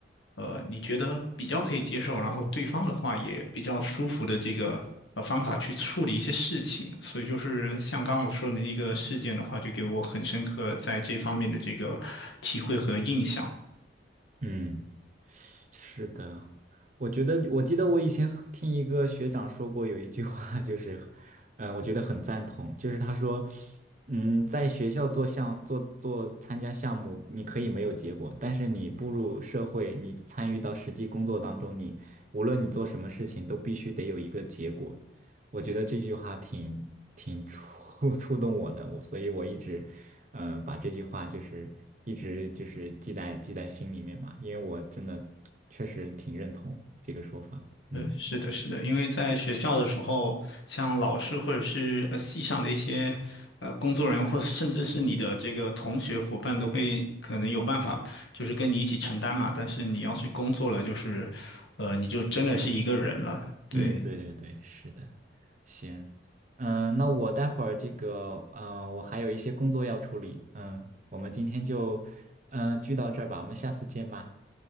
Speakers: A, on the left; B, on the right.
A: 呃，你觉得比较可以接受，然后对方的话也比较舒服的这个呃方法去处理一些事情。所以就是像刚刚我说的那一个事件的话，就给我很深刻在这方面的这个体会和印象。
B: 嗯。是的，我觉得，我记得我以前和听一个学长说过有一句话，就是，嗯，我觉得很赞同，就是他说，嗯，在学校做项做做参加项目，你可以没有结果，但是你步入社会，你参与到实际工作当中，你无论你做什么事情，都必须得有一个结果。我觉得这句话挺挺触 <laughs> 触动我的，我所以我一直，嗯、把这句话就是一直就是记在记在心里面嘛，因为我真的确实挺认同这个说法。嗯
A: 呃，是的，是的，因为在学校的时候，像老师或者是呃系上的一些呃工作人员，或甚至是你的这个同学伙伴，都会可能有办法，就是跟你一起承担嘛。但是你要是工作了，就是呃，你就真的是一个人了。对
B: 嗯，对对对，是的，行，嗯、那我待会儿这个，嗯、我还有一些工作要处理，嗯，我们今天就，嗯、聚到这儿吧，我们下次见吧，